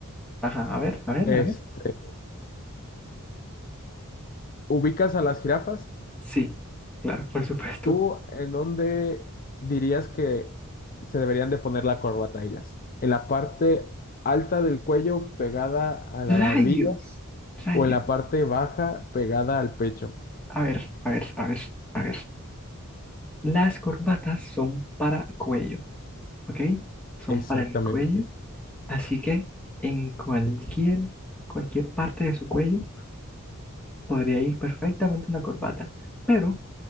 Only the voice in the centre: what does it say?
ajá, a ver, a ver,
a ver.
Sí, claro, por supuesto.
Rayos,
rayos.
A ver, a ver, a ver, a ver. Las corbatas son para cuello, ¿ok? Son
para el cuello Así que en cualquier, cualquier parte de su cuello podría ir perfectamente una corbata. Pero